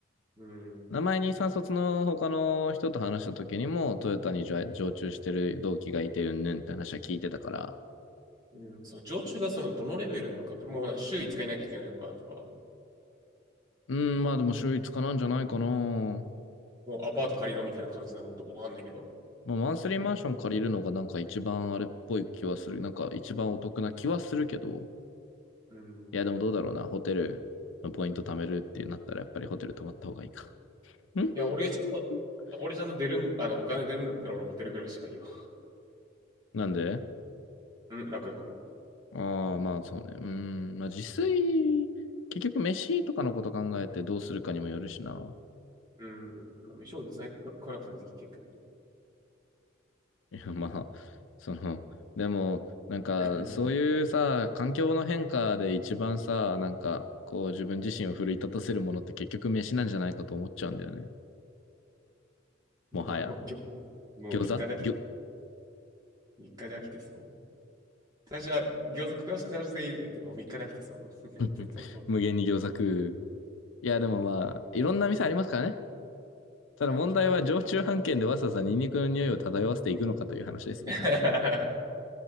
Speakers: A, on the right; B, on the left.
A: うん。
B: 名前にさん卒の他の人と話した時にも、トヨタに常常駐してる同期がいて、うんぬんって話は聞いてたから。
A: うん。その、常駐がその、どのレベルなのかって、もう、週5日いなきゃいけないのかとか、
B: うん、まあでも週一かなんじゃないかな。
A: もうアパート借りろみたいな感じなのかわかんないけど。
B: まあ、マンスリーマンション借りるのがなんか一番あれっぽい気はする。なんか一番お得な気はするけど。
A: うん。
B: いや、でもどうだろうな。ホテルのポイント貯めるってなったら、やっぱりホテル泊まった方がいいか。<laughs>
A: いや、俺がちゃんと、俺ちゃんと出るん、あの、お金出るんだったら俺ホテル暮らしがいいわ。
B: なんで
A: うん、楽だから。
B: ああ、まあそうね。うーん。まあ自炊、結局飯とかのこと考えてどうするかにもよるしな。
A: うん。まあ、飯を別に食食わなくてもできてるけど。
B: いや、まあ、その、でも、なんか、
A: 逆に
B: そういうさ、環境の変化で一番さ、なんか、こう自分自身を奮い立たせるものって結局飯なんじゃないかと思っちゃうんだよね。
A: <laughs>
B: もはや。
A: もう、もう、ぎょもう3日で飽きて、
B: 餃子餃
A: 3日で飽きてそう。最初は餃子詳しくなるぜ、とか言って、もう3日で飽きてそう。<laughs>
B: <laughs>、
A: 絶対そう。
B: 無限に餃子食う。いや、
A: いや、
B: でもまあ、
A: もういいわ。
B: いろんな店ありますからね。ただ問題は、
A: いや、もちろん。
B: 常駐飯券でわざわざニンニクの匂いを漂わせていくのかという話ですよ。
A: <laughs> じ